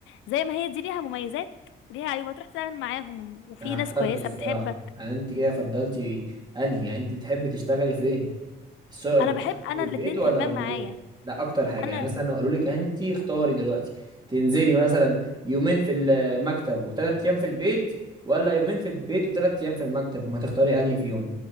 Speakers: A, on the left (about 80°); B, on the right (about 20°).
A: زي ما هي دي ليها مميزات ليها عيوب هتروح تتعامل معاهم وفي
B: انا احترت
A: ناس كويسة
B: الصراحه
A: بتحبك
B: انا انت كده فضلتي انهي يعني انت بتحبي تشتغلي فين السوق
A: انا
B: بتشتغل
A: بحب انا
B: من البيت
A: الاتنين
B: ولا
A: تمام
B: اونلاين
A: معايا
B: ده اكتر حاجه
A: انا
B: يعني مثلا لو قالوا لك انت اختاري دلوقتي تنزلي مثلا يومين في المكتب وثلاث ايام في البيت ولا يومين في البيت وثلاث ايام في المكتب ما تختاري انهي فيهم